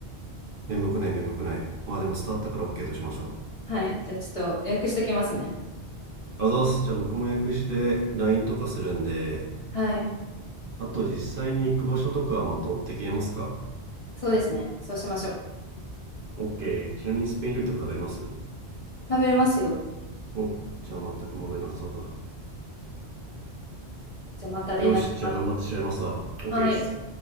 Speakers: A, on the right (about 55°); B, on the left (about 35°).
A: 面目ない面目ないまあでも伝わったから OK としましょ
B: はい。じゃあちょっと予約しときますね。
A: うあざっすじゃあ僕も予約して LINE とかするんで
B: はい。
A: あと実際に行く場所とかはまた追って消えますか
B: そうですね。そうしましょう。
A: OK ちなみにスペイン料理とか食べれます
B: 食べれますよ。
A: おじゃあ全く問題なさそうだ
B: じゃあまた連絡します。
A: よしじゃあ頑張ってしまいますわ OK
B: はい。
A: です